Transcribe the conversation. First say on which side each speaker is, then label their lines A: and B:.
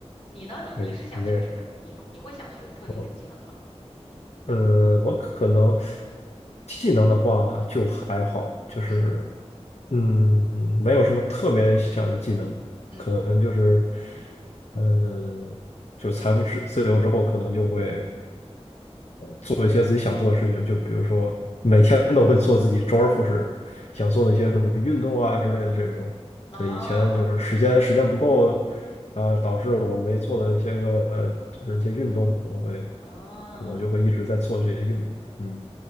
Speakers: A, on the left; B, on the left.
A: 你呢？你你是想学什么？
B: 可以，你这
A: 你你会想学特定的技能吗？
B: 我呃，我可能技能的话就还好，就是
A: 嗯
B: 嗯，没有什么特别想的技能，
A: 嗯
B: 可能就是嗯，呃就是财富自自由之后，可能就会做一些自己想做的事情，就比如说每天都会做自己周而复始想做的一些什么运动啊之类的这种。
A: 嗯，
B: 对，
A: 啊
B: 以前就是时间时间不够，啊，导致我没做的一些个就是一些运动，可能会
A: 啊，
B: 可能就会一直在做这些运动。嗯，